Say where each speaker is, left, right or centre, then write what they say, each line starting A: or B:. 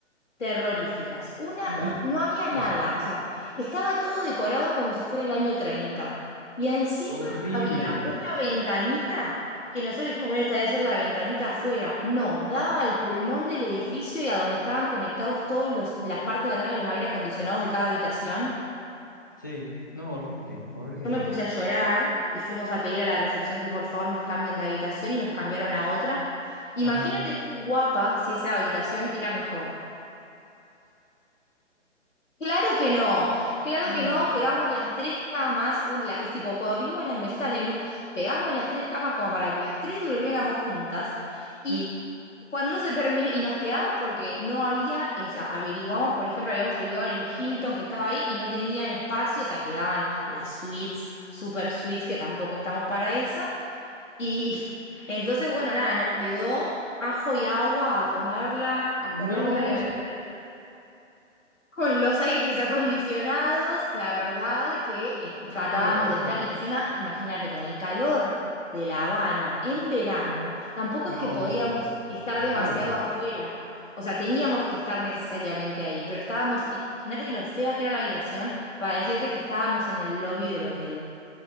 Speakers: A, on the left; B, on the left.
A: terroríficas. Una,
B: ujú,
A: un- no había nada,
B: <laughs>
A: o sea, estaba todo decorado como si fuera el año 30. Y encima
B: horrible,
A: había una ventanita que nosotros dijimos, bueno, esta debe ser la ventanita afuera. No, daba al pulmón del edificio y a donde estaban conectados todos los, las partes de atrás de los aire acondicionados de cada habitación.
B: sí, no, horrible, horrible,
A: Yo me puse a llorar y fuimos a pedir a la recepción que por favor nos cambien de habitación y nos cambiaron a otra. Imagínate
B: ajá,
A: tú, guapa, si esa habitación era mejor. Claro que no, claro
B: <gasps>
A: que no, pegamos las tres camas, un, la- es tipo, corrimos las mesitas de luz, pegamos las tres camas como para que las tres durmiéramos juntas y
B: sí,
A: cuando se termine, y nos quedamos porque no había, eh, o sea, averiguamos, por ejemplo, habíamos averiguado en el Hilton que estaba ahí y no tenían espacio, o sea, quedaban las suites, super suites, que tampoco estamos para esa, y <laughs> entonces, bueno, nada, nos quedó ajo y agua a tomarla, a
B: no,
A: comerla y a beber. Con los aires acondicionados, la verdad que eh,
B: <laughs>
A: tratábamos
B: no,
A: de estar, y encima, imagínate, con el calor de La Habana en verano, tampoco
B: no,
A: es que podíamos estar
B: insoportable,
A: demasiado afuera. O sea, teníamos que estar necesariamente ahí, pero estábamos, eh, imagínate lo fea que era la habitación para decirte que estábamos en el lobby del hotel.